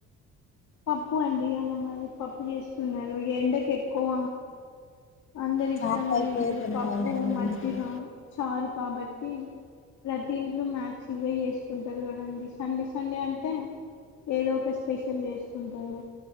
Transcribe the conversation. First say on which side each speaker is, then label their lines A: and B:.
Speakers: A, on the left; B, on the left.
A: పప్పు అండి అలా మరి పప్పు చేస్తున్నారు ఎండకు ఎక్కువ అందరు
B: చాట్
A: ఇష్టంగా
B: టైప్
A: తినేది
B: తినాలి
A: పప్పు,
B: మేడం
A: మజ్జిగ,
B: మంచిగా
A: చారు కాబట్టి తింట్లు మ్యాక్స్ ఇవే చేసుకుంటారు కాదాండి సండే స సండే అంటే ఏదో ఒక స్పెషల్ చేసుకుంటారు